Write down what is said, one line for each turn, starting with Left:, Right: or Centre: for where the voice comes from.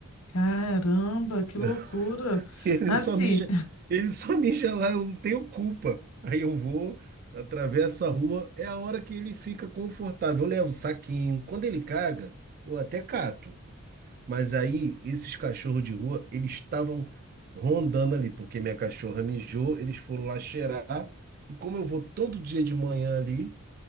Left: Caramba, que
Right: <laughs>
Left: loucura.
Right: Ele
Left: Assim,
Right: só mija, ele só mija lá, eu não tenho culpa. Aí eu vou, atravesso a rua, é a hora que ele fica confortável. Eu levo o saquinho. Quando ele caga, eu até cato. Mas aí, esses cachorros de rua, eles estavam rondando ali, porque minha cachorra mijou, eles foram lá cheirar. E como eu vou todo dia de manhã ali,